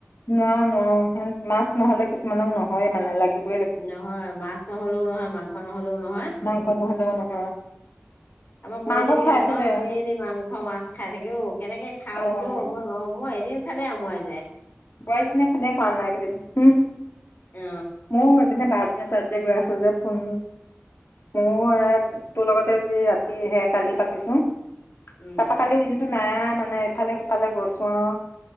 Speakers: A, on the left (about 60°); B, on the left (about 45°).
A: নোৱাৰো নোৱাৰো মাছ নহ'লে কিছুমানক নহয়ে মানে লাগিব।
B: নহয় মাছ নহলেও নহয় মাংস নহলেও নহয়।
A: মাংস নহ'লেও নহয়,
B: আমাৰ বোৱাৰীজনীহতে
A: মাংসও খাইছো
B: নহয়
A: দে
B: দেইলি মাংস মাছ খাই থাকে ঔ, কেনেকে খাও
A: অ'।
B: বোলো মই নোৱাৰো মই এদিন খালে আমুৱাই যায়।
A: বোৱাৰীজনীয়ে ফ্নে কৰা নাই এইকেইদিন।
B: অ
A: মই এই পিনে ব চাৰডে গৈ আছো যে ফোন মোৰ তোৰ লগতে যি ৰাতি সে কালি পাতিছো।
B: উম
A: তাপা কালিৰ দিনটো নাই। মানে এফালে সিফালে গৈছো আও,